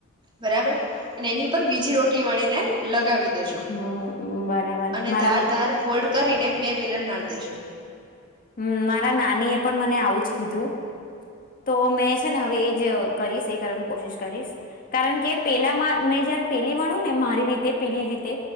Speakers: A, on the right; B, on the left.
A: બરાબર. અને એની ઉપર બીજી રોટલી વણી ને. લગાવી. દેજો
B: હમ બરાબર
A: અને
B: મારા
A: ધાર ધાર ફોલ્ડ કરીને. બે વલણ મારી દેજો.
B: હમ્મ મારા નાની એ પણ મને આવું જ કીધું તો મેં છે ને હવે એ જ કરીશ એ કરવાની કોશિશ કરીશ કારણ કે પેલામાં મેં જયારે પેલી વણું ને મારી રીતે પેલી રીતે.